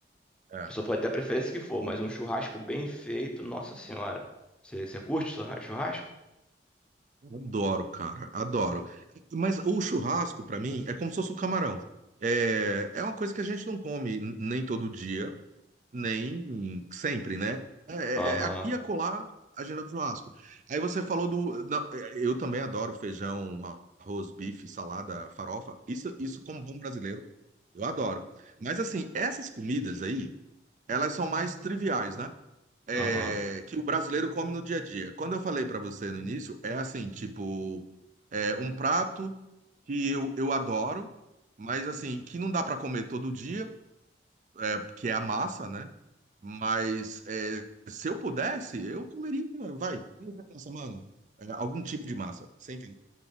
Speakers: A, on the right; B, in the centre.
A: É.
B: A pessoa pode ter a preferência que for, mas um churrasco bem feito, nossa senhora. Você você curte churra- churrasco?
A: Adoro, cara. Adoro. Mas o churrasco, pra mim, é como se fosse o camarão. É, é uma coisa que a gente não come n- nem todo dia. Nem sempre, né? É, é-
B: Aham,
A: é aqui e acolá a agenda do churrasco. Aí você falou do. não, é, eu também adoro feijão, arroz, bife, salada, farofa. Isso, isso como bom brasileiro, eu adoro. Mas assim, essas comidas aí, elas são mais triviais, né? É,
B: aham.
A: que o brasileiro come no dia a dia. Quando eu falei pra você no início, é assim, tipo, é um prato que eu, eu adoro, mas assim, que não dá pra comer todo dia, é, que é a massa, né? Mas é, se eu pudesse, eu comeria, vai, uma semana, é, algum tipo de massa, você entende?